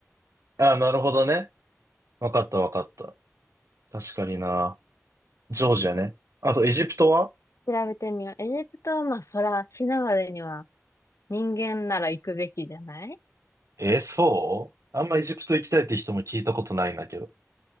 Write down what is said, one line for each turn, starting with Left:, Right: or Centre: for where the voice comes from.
Right: あ、なるほどね。わかったわかった。確かにな。ジョージアね。あと、エジプトは
Left: 調べてみよう。エジプトはまあ、そら、死ぬまでには人間なら行くべきじゃない
Right: えー、そうあんまエジプト行きたいって人も聞いたことないんだけど。